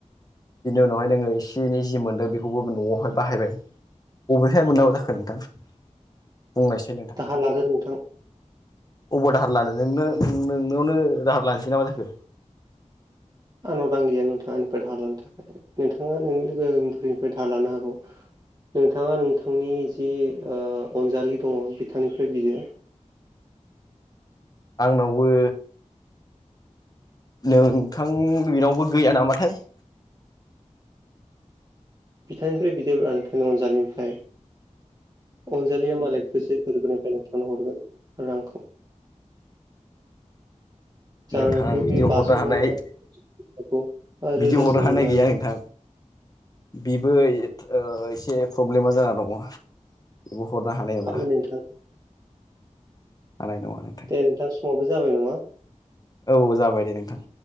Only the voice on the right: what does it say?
दाहार लादो नोंथां
आंनाव रां गैया नोंथां आंनिफ्राय दाहा लानो थाखाय नोंथाङा नोंनि लोगोफोरनिफ्राय दाहार लानो हागौ नोंथाङा नोंथांनि जि अनजालि दङ बिथांनिफ्राय बिदो
बिथांनिफ्राय बिदोब्रा नोंथांनि अनजालिनिफ्राय अनजालिया मालाय गोसो गोरबोनिफ्राय नोंनो हरगोन रांखौ जानो
हागौ
बेयो बाजौ
हागौ
रोजासे
हागौ
हायो नोंथां
दे नोंथां समाबो जाबाय नामा